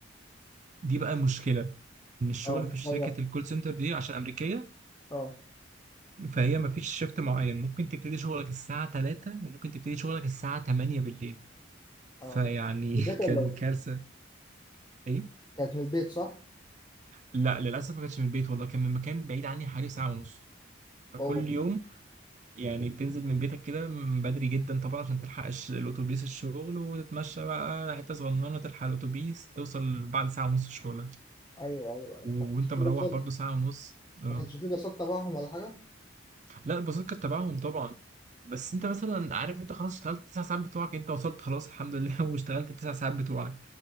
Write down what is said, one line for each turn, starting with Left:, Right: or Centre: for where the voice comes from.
Right: دي بقى مشكله ان الشغل
Left: اه
Right: في
Left: متغير
Right: شركه الكول سنتر دي عشان امريكيه
Left: اه
Right: فهي ما فيش شيفت معين ممكن تبتدي شغلك الساعه 3 وممكن تبتدي شغلك الساعه 8 بالليل فيعني
Left: اه من
Right: <laughs>
Left: البيت
Right: كان
Left: ولا ايه؟
Right: كارثه ايه
Left: كانت من البيت صح؟
Right: لا للاسف ما كانش من البيت والله كان من مكان بعيد عني حوالي ساعه ونص فكل
Left: اوه
Right: يوم يعني بتنزل من بيتك كده من بدري جدا طبعا عشان تلحق الش- الاتوبيس الشغل وتتمشى بقى حته صغننه تلحق الاتوبيس توصل بعد ساعه ونص شغلك
Left: ايوه ايوه ايوه
Right: و-
Left: ما كانش
Right: وانت
Left: فيه
Right: مروح
Left: لصات
Right: برضو ساعه ونص اه
Left: ما كانش فيه لصات تبعهم ولا حاجه؟
Right: لا البساطة كانت تبعهم طبعا بس انت مثلا عارف انت خلاص اشتغلت التسع ساعات بتوعك انت وصلت خلاص الحمد لله <laughs> واشتغلت التسع ساعات بتوعك